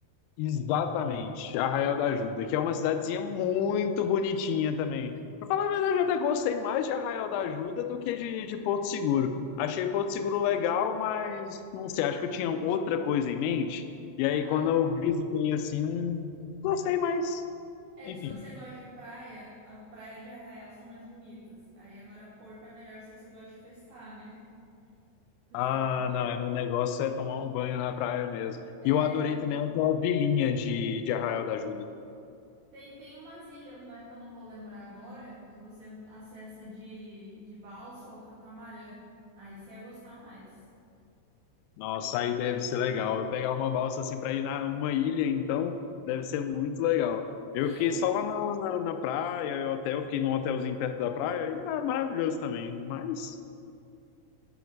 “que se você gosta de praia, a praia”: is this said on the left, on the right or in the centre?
Right